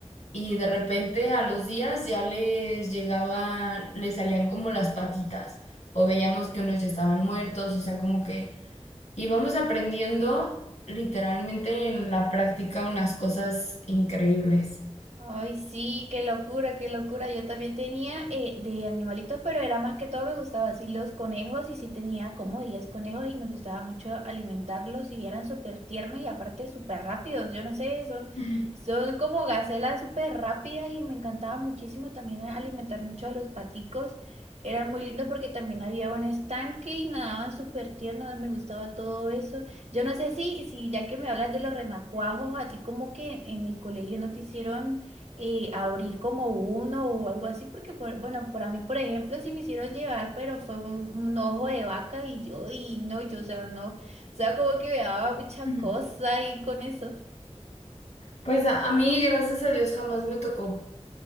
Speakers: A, on the left; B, on the right.
A: y de repente a los días ya les llegaban, les salían como las patitas o veíamos que unos ya estaban muertos, o sea, como que íbamos aprendiendo literalmente en la práctica unas cosas increíbles.
B: Ay, sí, qué locura, qué locura. Yo también tenía eh, de animalitos, pero era más que todo me gustaba así los conejos y sí tenía como 10 conejos y me gustaba mucho alimentarlos y eran súper tiernos y aparte súper rápidos. Yo no sé, son,
A: Ujú,
B: son como gacelas súper rápidas y me encantaba muchísimo también alimentar mucho a los paticos. Eran muy lindos porque también había un estanque y nadaban súper tiernos, me gustaba todo eso. Yo no sé si, si ya que me hablas de los renacuajos, a ti como que en el colegio no te hicieron y abrir como uno o algo así, porque por- bueno, para mí, por ejemplo, sí me hicieron llevar, pero fue un, un ojo de vaca y yo, y no, yo, o sea, no, o sea, como que me daba mucha
A: ujú.
B: cosa y con eso,
A: Pues a, a mí, gracias a Dios, jamás me tocó.